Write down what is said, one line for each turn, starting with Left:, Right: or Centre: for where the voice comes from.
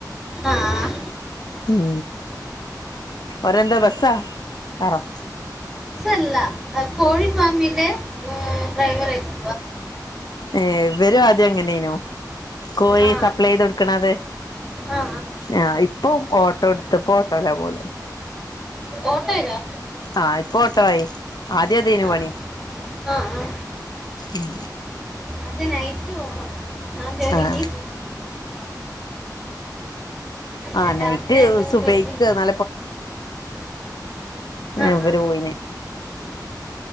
Centre: ആഹ്
Left: ഉം ഒരെന്താ ബസ്സാ കാറോ
Centre: അല്ല കോഴി ഫാമിലെ ഏ ഡ്രൈവർ ആയിട്ട
Left: ഏ വരും അ എങ്ങനേനു കോഴി
Centre: ആ
Left: സപ്ലൈയ്ത് കൊടുക്കണത്
Centre: ആ ആ.
Left: ആ ഇപ്പൊ ഓട്ടോ എടുത്തപ്പോ ഓട്ടോലാ പോല്
Centre: ഓട്ടോ ഏതാ
Left: ആ ഇപ്പൊ ഓട്ടായി ആദ്യ അതേനു
Centre: ആ
Left: പണി
Centre: ആ ആ.
Left: ഉം
Centre: അത് നൈറ്റ് പോണം ആ ജോലിക്ക്
Left: ആഹ് ആ
Centre: ഏ,
Left: നൈറ്റ്
Centre: രാത്രി അങ്ങനെ
Left: സുബൈക്ക്ന്ന
Centre: പോയി ആ
Left: ഏ ഇവര്
Centre: ആ
Left: പോയിന്